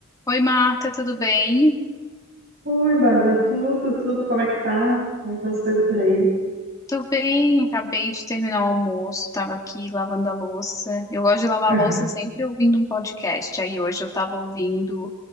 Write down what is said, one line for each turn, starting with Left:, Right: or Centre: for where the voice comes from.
Left: Oi, Marta, tudo bem?
Right: Oi, Bárbara, tudo, tudo, como é que tá? Como é que estão as coisas por aí?
Left: Tô bem, acabei de terminar o almoço, tava aqui lavando a louça. Eu gosto de lavar
Right: Aham.
Left: a louça sempre ouvindo um podcast. Aí hoje eu tava ouvindo